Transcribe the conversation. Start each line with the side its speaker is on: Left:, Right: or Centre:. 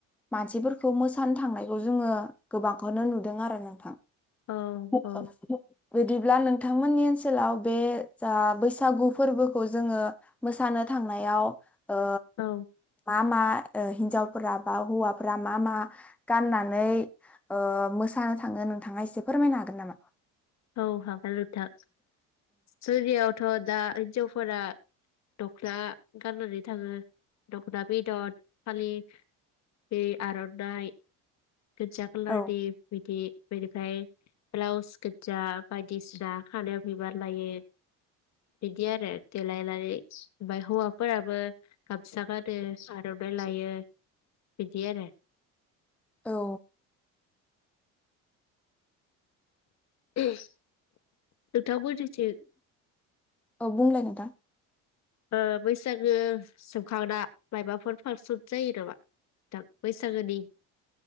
Centre: मानसिफोरखौ मोसानो थांनायखौ जोङो गोबांखौनो नुदों आरो नोंथां। <unintelligible>
Left: औ औ
Centre: बिदिब्ला नोंथांमोननि ओनसोलाव बे जा बैसागु फोरबोखौ जोङो मोसानो थांनायाव ओ
Left: औ
Centre: मा मा ओ हिन्जावफोरा बा हौवाफोरा मा मा गाननानै ओ मोसानो थाङो नोंथाङा एसे फोरमायनो हागोन नामा?
Left: औ हागोन नोंथां। जोंनियावथ' दा हिनजावफोरा द'खना गाननानै थाङो दखना बेदर फालि दै आरनाइ। गोजा खालारनि
Centre: ओ
Left: बिदि। बेनिफ्राय ब्लाउस गोजा बायदिसिना खानायाव बिबार लायो बिदि आरो देलायनानै ओमफ्राय हौवाफोराबो गामसा गारो आरनाइ लायो बिदि आरो।
Centre: औ।
Left: <inaudible> नोंथां मोननि थिं।
Centre: औ बुंलाय नोंथां
Left: ओ बैसागो जोब खांना मायबाफोर फारसन जायो नामा बैसागोनि?